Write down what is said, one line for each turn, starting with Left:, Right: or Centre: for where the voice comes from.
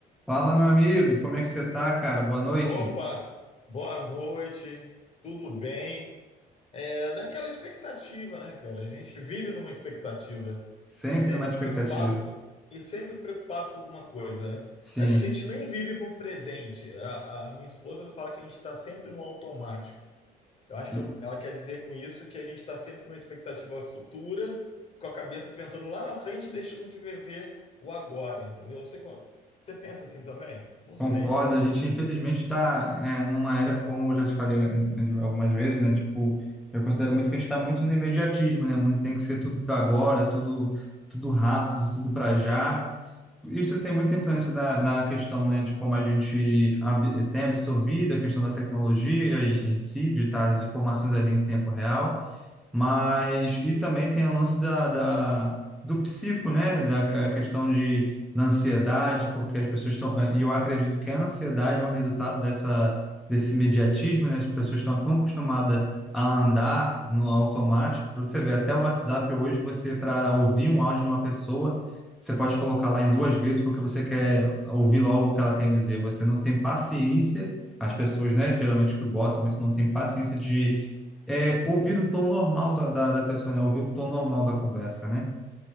Centre: Fala, meu amigo, como é que você tá, cara? Boa noite.
Left: Opa, boa noite, tudo bem? É naquela expectativa, né, cara? A gente vive numa expectativa,
Centre: Sempre
Left: sempre
Centre: numa expectativa.
Left: preocupado com, e sempre preocupado com alguma coisa, né?
Centre: Sim,
Left: Acho que a gente nem vive pro presente. A, a minha esposa fala que a gente está sempre no automático. Eu acho
Centre: e
Left: que ela quer dizer com isso que a gente está sempre numa expectativa futura, com a cabeça pensando lá na frente, e deixando de viver o agora, entendeu? Você, você pensa assim também? Não
Centre: concordo.
Left: sei.
Centre: A gente, infelizmente, está numa era, como eu já te falei eh, algumas vezes, né? Tipo, eu considero muito que a gente está muito no imediatismo, né? Muito, tem que ser tudo para agora, tudo, tudo rápido, tudo para já. Isso tem muita influência na, na questão, né, de como a gente ab- tem absorvido a questão da tecnologia em, em si, de estar as informações ali em tempo real. Mas, e também tem o lance da, da- do psico, né? Da que- a questão de, da ansiedade, porque as pessoas estão. E eu acredito que a ansiedade é um resultado dessa, desse imediatismo, né? As pessoas estão tão acostumadas a andar no automático. Você vê, até o WhatsApp hoje, você, para ouvir um áudio de uma pessoa, você pode colocar lá em duas vezes, porque você quer ouvir logo o que ela tem a dizer. Você não tem paciência, as pessoas, né? Geralmente que botam isso, não tem paciência de é ouvir o tom normal da, da, da pessoa, né? Ouvir o tom normal da conversa, né?